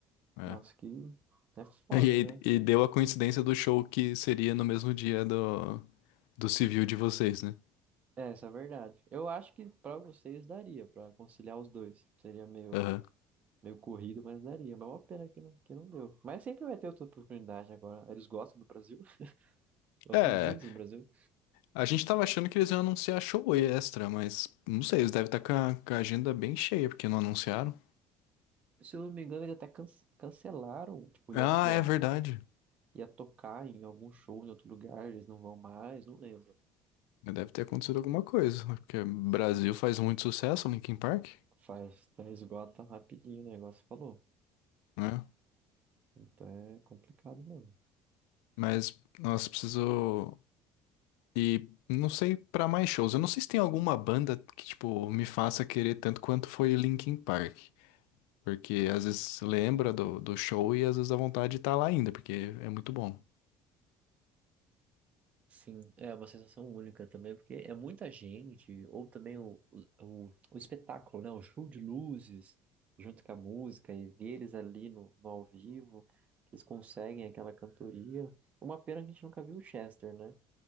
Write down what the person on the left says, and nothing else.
É.
<laughs>
E, aí-
e deu a coincidência do show que seria no mesmo dia do, do civil de vocês, né?
Aham.
É,
a gente tava achando que eles iam anunciar show extra, mas não sei, eles devem estar com a, com a agenda bem cheia, porque não anunciaram.
Ah,
é verdade.
Deve ter acontecido alguma coisa, né? porque Brasil
faz muito sucesso, Linkin Park,
né?
Mas nós preciso e não sei pra mais shows. Eu não sei se tem alguma banda que tipo me faça querer tanto quanto foi Linkin Park, porque às vezes lembra do, do show e às vezes dá vontade de estar lá ainda, porque é muito bom.